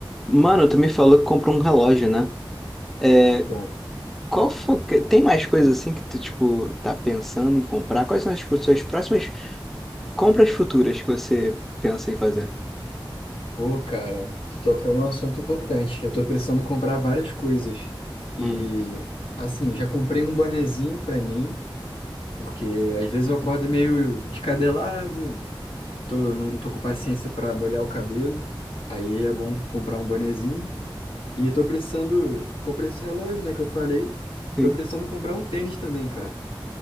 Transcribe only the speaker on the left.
Bom,
pô, cara, tu tocou num assunto importante. Eu tô precisando comprar várias coisas. E,
assim, já comprei um bonezinho pra mim, porque às vezes eu acordo meio descabelado, tô, não tô com paciência pra molhar o cabelo. Aí é bom comprar um bonezinho. E tô precisando. Comprei esse relógio, né, que eu falei.
Tô precisando comprar um tênis também, cara.